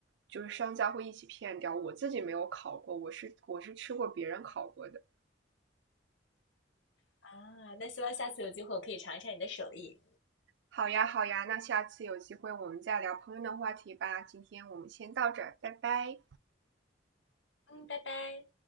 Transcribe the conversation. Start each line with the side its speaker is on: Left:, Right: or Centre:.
Right: 就是商家会一起片掉。我自己没有烤过，我是我是吃过别人烤过的。
Left: 啊，那希望下次有机会我可以尝一尝你的手艺。
Right: 好呀，好呀，那下次有机会我们再聊朋友的话题吧。今天我们先到这儿，拜拜。
Left: 嗯，拜拜。